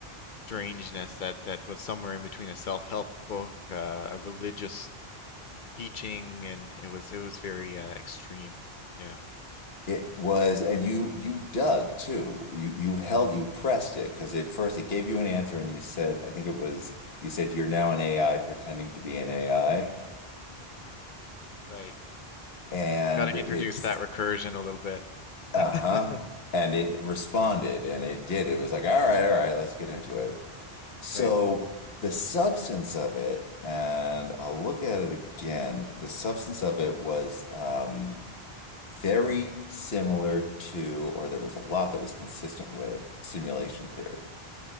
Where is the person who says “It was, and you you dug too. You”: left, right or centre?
Left